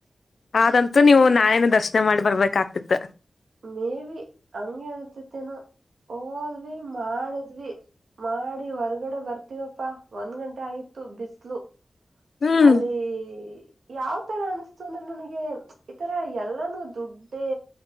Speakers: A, on the left (about 70°); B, on the right (about 80°).
A: ಆದಂತೂ ನೀವು ನಾಳೇನ ದರ್ಶನ ಮಾಡಿ ಬರ್ಬೇಕಾಗ್ತಿತ್ತ
B: ಮೇ ಬಿ ಹಂಗಗೆನತತ್ತೇನು ಹೋದ್ವಿ ಮಾಡದ್ವಿ ಮಾಡಿ ಹೊರ್ಗಡೆ ಬರ್ತವಪ್ಪಾ ಒಂದ್ ಗಂಟೆ ಆಗಿತ್ತು ಬಿಸ್ಲು
A: ಹ್ಮ್
B: ಅಲ್ಲಿ ಯಾವ ತರ ಅನಿಸ್ತು ಅಂದ್ರೆ ನನಗೆ ಈತರ ಎಲ್ಲಾನೂ ದುಡ್ಡೇ